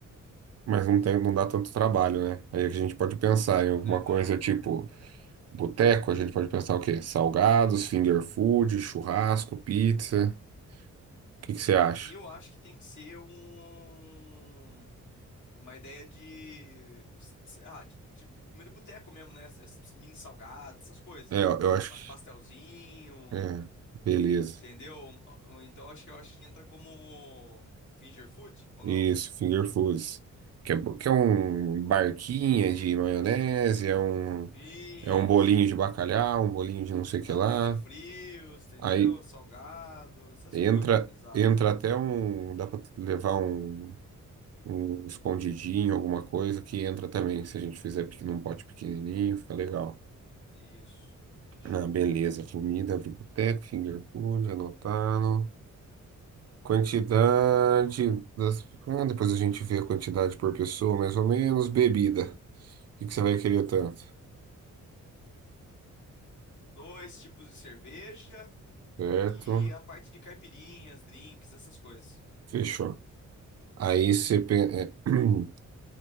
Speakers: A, on the right; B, on the left.
A: mas não tem, não dá tanto trabalho, né? Aí a gente pode pensar em alguma
B: Aham.
A: coisa tipo boteco, a gente pode pensar o quê? Salgados, finger food, churrasco, pizza. O que que você acha?
B: Eu acho que tem que ser um. Uma ideia de, de, sei lá, tipo, de, de comida de boteco mesmo, né? Essas mini salgadas, essas coisas.
A: É, eu eu acho
B: Mas
A: que
B: pastelzinho,
A: É, beleza.
B: entendeu? Ou Então acho que eu acho que entra como finger food ou
A: Isso,
B: não?
A: finger foods. Que é, bo- que é um barquinha de maionese, é um,
B: Isso.
A: é um bolinho de bacalhau, um bolinho de não sei o
B: Tabuinha
A: que lá.
B: de frios, entendeu?
A: Aí
B: Salgado, essas
A: entra,
B: coisas, exato.
A: entra até um. Dá pra levar um, um escondidinho, alguma coisa que entra também. Se a gente fizer pequ- num pote pequenininho, fica legal.
B: Isso. Fechou.
A: Ah, beleza. Comida, biblioteca, finger food, anotado. Quantidade das. Ah, depois a gente vê a quantidade por pessoa, mais ou menos. Bebida. O que que você vai querer tanto?
B: Dois tipos de cerveja
A: Certo?
B: e a parte de caipirinhas, drinks, essas coisas.
A: Fechou. Aí você. pen- é, <clears throat>